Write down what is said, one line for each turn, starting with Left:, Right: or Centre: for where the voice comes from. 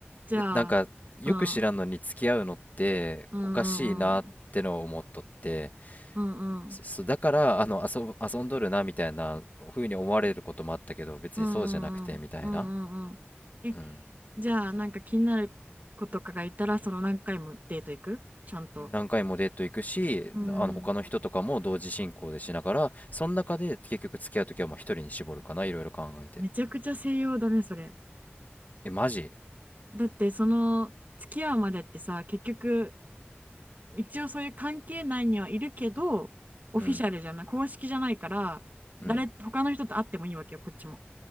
Right: じゃあ、
Left: え、なんか、よく知らんのに付き合うのっておかしいなってのを思っとって、
Right: うん、うんうんうん、うんうん、
Left: そ、そだから、あの、遊ぶ、遊んどるなみたいな風に思われることもあったけど、別にそうじゃなくてみたいな。
Right: うんうんうん、うんうんうん。え、
Left: うん。
Right: じゃあ、なんか気になる子とかがいたら、その何回もデート行くちゃんと。
Left: 何回もデート行くし、
Right: うん、
Left: あの、他の人とかも同時進行でしながら、その中で結局付き合うときはもう一人に絞るかな、いろいろ考えて。
Right: めちゃくちゃ西洋だね、それ。
Left: え、マジ
Right: だって、その、付き合うまでってさ、結局、一応そういう関係内にはいるけど、オフィシャルじゃない、
Left: うん、
Right: 公式じゃないから、誰、
Left: うん、
Right: 他の人と会ってもいいわけよ、こっちも。